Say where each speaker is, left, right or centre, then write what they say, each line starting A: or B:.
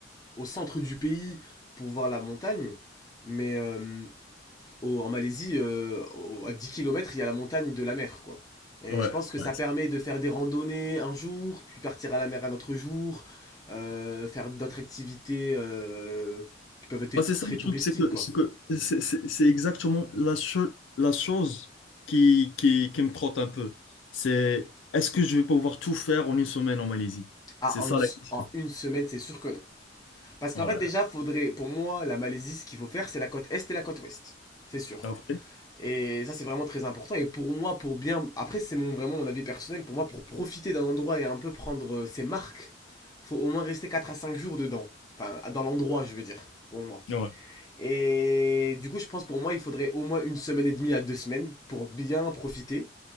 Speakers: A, on the left; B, on the left.
A: au centre du pays pour voir la montagne. Mais euh, au- en Malaisie, euh, au- à 10 kilomètres, il y a la montagne de la mer, quoi. Et
B: ouais,
A: je pense que
B: ouais.
A: ça permet de faire des randonnées un jour, puis partir à la mer un autre jour, euh, faire d'autres activités euh, qui peuvent être
B: Bah, c'est ça
A: très
B: le
A: touristiques,
B: truc, c'est que
A: quoi.
B: c'est que c'est c'est- c'est exactement la, cho- la chose qui, qui, qui me trotte un peu. C'est est-ce que je vais pouvoir tout faire en une semaine en Malaisie?
A: Ah,
B: C'est
A: en
B: ça
A: une, s-
B: la question.
A: en une semaine, c'est sûr que non. Parce qu'en
B: Ouais,
A: fait, déjà, faudrait, pour moi, la Malaisie, ce qu'il faut faire, c'est la côte est et la côte ouest. C'est sûr.
B: Ah, ok.
A: Et ça, c'est vraiment très important. Et pour moi, pour bien. Après, c'est mon, vraiment mon avis personnel. Pour moi, pour profiter d'un endroit et un peu prendre euh, ses marques, faut au moins rester 4 à 5 jours dedans. Enfin, dans l'endroit, je veux dire, pour moi.
B: Ouais.
A: Et du coup, je pense pour moi, il faudrait au moins une semaine et demie à deux semaines pour bien profiter